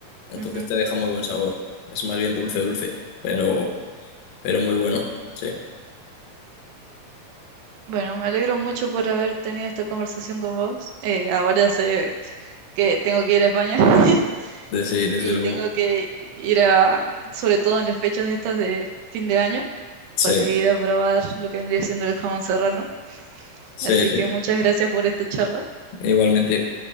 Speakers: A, on the left; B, on the right.
A: entonces
B: Ujú.
A: te deja muy buen sabor. Es más bien dulce, dulce, pero, pero muy bueno, sí,
B: Bueno, me alegro mucho por haber tenido esta conversación con vos. Eh, ahora sé que tengo que ir a España <laughs>
A: desde, desde
B: y
A: luego.
B: tengo que ir a, sobre todo en las fechas estas de fin de año,
A: Sí,
B: para ir a probar lo que vendría siendo el jamón serrano.
A: sí,
B: Así
A: sí,
B: que muchas gracias por esta charla.
A: igualmente.